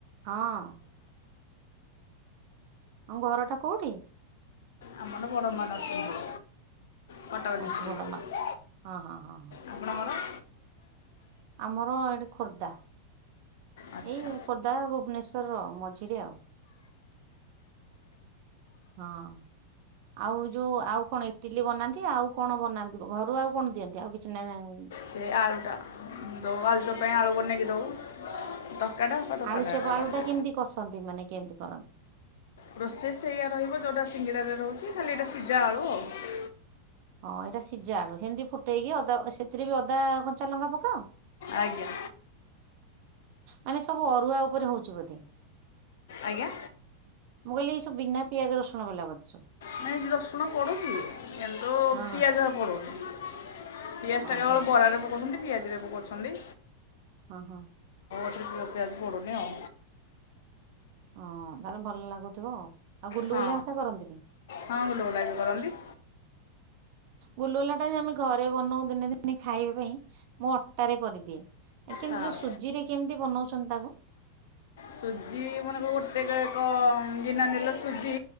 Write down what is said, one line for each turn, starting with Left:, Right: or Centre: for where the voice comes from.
Right: ହଁ। ଆଉ ଘର ଟା କୋଉଠି?
Left: ଆମର <unintelligible> ପରଡ଼ମ୍ବରାସ। କଟକ ଡିଷ୍ଟ୍ରିକ୍ଟ
Right: ଓହୋ ବଡମା ହଁ ହଁ ହଁ ହଁ।
Left: ଆପଣଙ୍କର?
Right: ଆମର ଏଇଠି ଖୋର୍ଦ୍ଧା।
Left: ଆଚ୍ଛା
Right: ଏଇ ଖୋର୍ଦ୍ଧା ଭୁବନେଶ୍ୱରର ମଝିରେ ଆଉ। ହଁ। ଆଉ ଯୋଉ ଆଉ କଣ ଇଟିଲି ବନାନ୍ତି ଆଉ କଣ ବନାନ୍ତି ଘରୁ ଆଉ କଣ ଦିଅନ୍ତି ଆଉ କିଛି ନାହିଁ।
Left: ସେ ଆଳୁ ଟା ଯଉ ଆଳୁଚପ୍ ପାଇଁ ଆଳୁ ବନେଇକି ଦଉ। ତରକାରୀଟା ବାପା ଦୋକାନରେ
Right: ଆଳୁ ଚପ
Left: କରନ୍ତି
Right: ଆଳୁ ଟା କେମିତି କସନ୍ତି ମାନେ କେମିତି କରନ୍ତି?
Left: ପ୍ରୋସେସ୍ ଏଇଆ ରହିବ ଯୋଉଟା ସିଙ୍ଗିଡାରେ ରହୁଛି ଖାଲି ଏଇଟା ସିଝା ଆଳୁ ଆଉ।
Right: ହଁ ଏଇଟା ସିଝା ଆଳୁ ସେମିତି ଫୁଟେଇକି ଅଦା ସେଥିରେ ବି ଅଦା କଞ୍ଚା ଲଙ୍କା ପକାଅ।
Left: ଆଜ୍ଞା।
Right: ମାନେ ସବୁ ଅରୁଆ ଉପରେ ହଉଛି ବୋଧେ
Left: ଆଜ୍ଞା।
Right: ମୁଁ କହିଲି ଏଇ ବିନା ପିଆଜ ରସୁଣ ବାଲା ବୋଧେ ସବୁ।
Left: ନାଇଁ ରସୁଣ ପଡୁଛି କିନ୍ତୁ
Right: ହଁ
Left: ପିଆଜ
Right: ହଁ
Left: ପଡୁନି। ପିଆଜ
Right: ଓହୋ
Left: ଟା କେବଳ ବରା ରେ ପକଉଛନ୍ତି ପିଆଜରେ ପକଉଛନ୍ତି।
Right: ହଁ ହଁ।
Left: ପିଆଜ ପଡ଼ୁନି ଆଉ
Right: ହଁ ତାହେଲେ ଭଲ ଲାଗୁଥିବ ଆଉ। ଗୁଲୁଗୁଲା
Left: ହଁ
Right: ହେକା କରନ୍ତିନି?
Left: ହଁ ଗୁଲୁଗୁଲା ବି କରନ୍ତି।
Right: ଗୁଲୁଗୁଲା ଟା ଯେ ଆମେ ଘରେ ବନଉ ଦିନେ ଦିନେ ଖାଇବା ପାଇଁ ମୁଁ ଅଟାରେ କରିଦିଏ। କିନ୍ତୁ
Left: ହଁ
Right: ଯୋଉ ସୁଜି ରେ କେମିତି ବନଉଛନ୍ତି ତାକୁ?
Left: ସୁଜି ମନେକର ଗୋଟେ ଏକ ଗିନା ନେଲ ସୁଜି